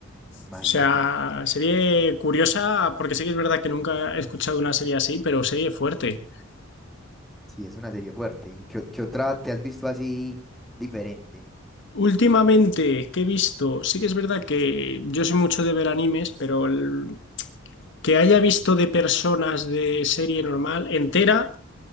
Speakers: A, in the centre; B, on the left (about 60°).
A: imagínate.
B: sea, serie curiosa, porque sí que es verdad que nunca he escuchado una serie así, pero serie fuerte.
A: Sí, es una serie fuerte. ¿Y ¿Qué, qué otra te has visto así diferente?
B: Últimamente, qué he visto? Sí que es verdad que yo soy mucho de ver animes, pero el que haya visto de personas de serie normal entera,